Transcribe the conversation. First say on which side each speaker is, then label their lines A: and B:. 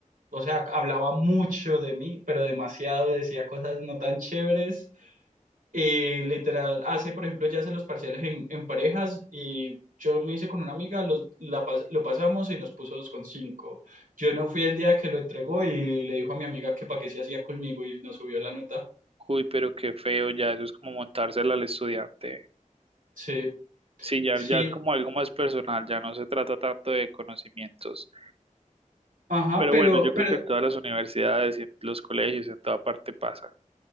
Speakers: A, on the right (about 80°); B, on the right (about 45°).
A: o sea, hablaba mucho de mí, pero demasiado, decía cosas no tan chéveres, y literal, hace, por ejemplo, ya hace los parciales en, en parejas y yo me hice con una amiga, los, la pas- lo pasamos y nos puso dos con cinco Yo no fui el día que lo entregó y le dijo a mi amiga que para qué se hacía conmigo y nos subió la nota.
B: Uy, pero qué feo, ya eso es como montársela al estudiante.
A: Sí,
B: Sí, ya,
A: sí,
B: ya es como algo más personal, ya no se trata tanto de conocimientos.
A: ajá,
B: Pero
A: pero,
B: bueno, yo
A: pero,
B: creo que en todas las universidades y en los colegios, en toda parte pasa.